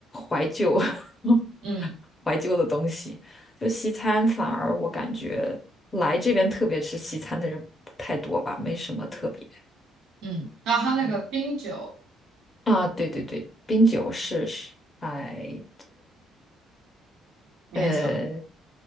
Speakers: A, on the left; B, on the right.
A: 怀旧 <laughs>
B: 嗯
A: 怀旧的东西。就西餐，反而我感觉来这边特别吃西餐的人不太多吧，没什么特别。
B: 嗯，然后他那个冰酒
A: 嗯啊，对对对，冰酒是是，哎，
B: 勉强
A: 呃，